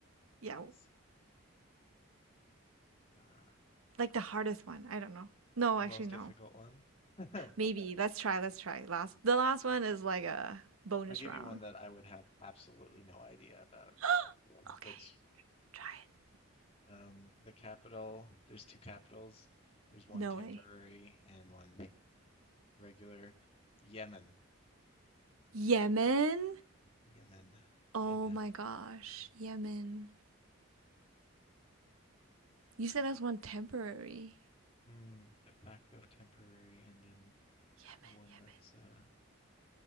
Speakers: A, on the right; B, on the left.
A: Yeah,
B: Let's see. Uh,
A: like the hardest one. I don't know. No,
B: the
A: actually,
B: most
A: no.
B: difficult one. <laughs> I'll
A: Maybe. Let's try. Let's try. Last. The last one is like a bonus
B: give
A: round.
B: you one that I would have absolutely no idea about,
A: <gasps> okay.
B: which
A: Try it.
B: um, the capital, there's two capitals. There's one
A: No
B: temporary
A: way.
B: and one Regular Yemen,
A: Yemen?
B: Yemen,
A: Oh
B: Yemen.
A: my gosh, Yemen. You said that's one temporary.
B: Hmm, de facto temporary, and then
A: Yemen,
B: one
A: Yemen.
B: that's uh,